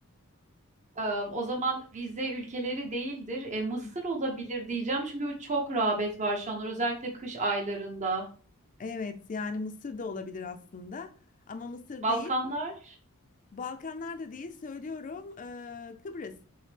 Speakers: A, on the right; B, on the left.
A: Ee, o zaman vize ülkeleri değildir. E, Mısır
B: Değil.
A: olabilir diyeceğim çünkü bu çok rağbet var şu anlar özellikle kış aylarında.
B: Evet yani Mısır da olabilir aslında ama Mısır
A: Balkanlar.
B: değil. Balkanlar da değil söylüyorum ee, Kıbrıs.